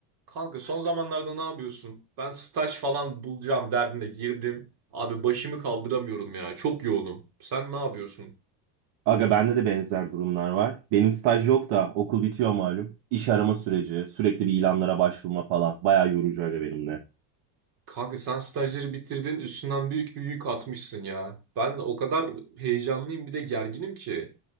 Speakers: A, on the right (about 50°); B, on the right (about 70°).
A: Kanka son zamanlarda ne yapıyorsun? Ben staj falan bulacağım derdine girdim. Abi başımı kaldıramıyorum ya. Çok yoğunum. Sen ne yapıyorsun?
B: Aga bende de benzer durumlar var. Benim staj yok da okul bitiyor malum. İş arama süreci, sürekli bir ilanlara başvurma falan. Bayağı yorucu aga benim de.
A: Kanka sen stajları bitirdin, üstünden büyük bir yük atmışsın ya. Ben o kadar heyecanlıyım bir de gerginim ki.